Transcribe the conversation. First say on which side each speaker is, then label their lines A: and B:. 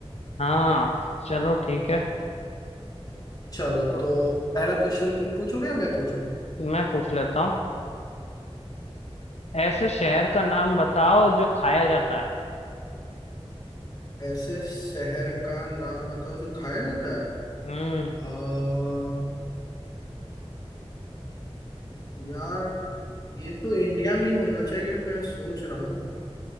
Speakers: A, on the left; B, on the left.
A: हाँ चलो ठीक है
B: चलो
A: तो
B: तो पहला क्वेश्चन तुम पूछोगे या मैं पूछूं
A: मैं पूछ लेता हूँ ऐसे शहर का नाम बताओ जो खाया जाता है
B: ऐसे शहर का नाम बताओ जो खाया जाता है
A: हम्म
B: आ, यार ये तो इंडिया में ही होना चाहिए मैं सोच रहा हूँ